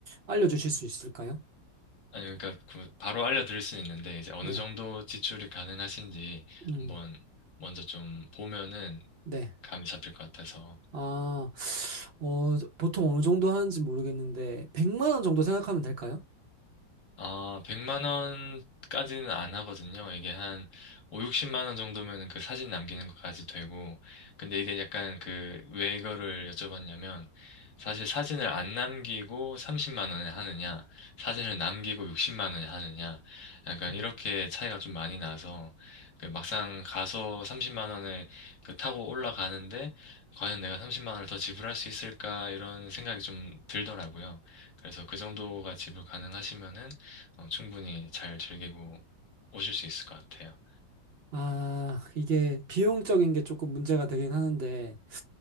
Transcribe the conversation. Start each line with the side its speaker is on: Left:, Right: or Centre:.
Right: 알려주실 수 있을까요?
Left: 아니, 그러니까 그 바로 알려드릴 수는 있는데 이제 어느
Right: 네.
Left: 정도 지출이 가능하신지
Right: 음,
Left: 한번 먼저 좀 보면은
Right: 네.
Left: 감이 잡힐 것 같아서
Right: 아, 어, 보통 어느 정도 하는지 모르겠는데, 100만 원 정도 생각하면 될까요?
Left: 아, 100만 원까지는 안 하거든요. 이게 한오 60만 원 정도면 그 사진 남기는 것까지 되고. 근데 이게 약간 그, 왜 이거를 여쭤봤냐면, 사실 사진을 안 남기고 30만 원에 하느냐, 사진을 남기고 60만 원에 하느냐, 약간
Right: 음.
Left: 이렇게 차이가 좀 많이 나서, 그 막상 가서 30만 원에 그 타고 올라가는데, 과연 내가 30만 원을 더 지불할 수 있을까, 이런 생각이 좀 들더라고요. 그래서 그 정도가 지불 가능하시면은 어, 충분히 잘 즐기고 오실 수 있을 것 같아요.
Right: 아, 이게 비용적인 게 조금 문제가 되긴 하는데,